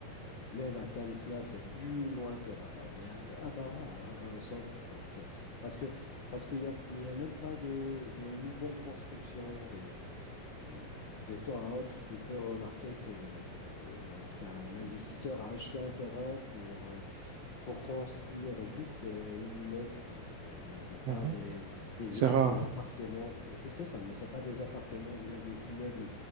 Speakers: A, on the left (about 60°); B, on the right (about 70°).
A: Même à Tamsna, c'est plus loin que Rabat. Mais à Rabat, à Rabat au centre, donc, euh, parce que, parce qu'il n'y a, il y a même pas des, des nouvelles constructions. Des, euh, de temps à autre, tu peux remarquer que euh, donc, un investisseur a acheté un terrain pour euh, pour construire juste euh, une immeuble, donc, euh, mais c'est pas
B: Mhm.
A: des, des,
B: C'est rare.
A: des appartements, euh, c'est ça, mais c'est pas des appartements, mais bien des immeubles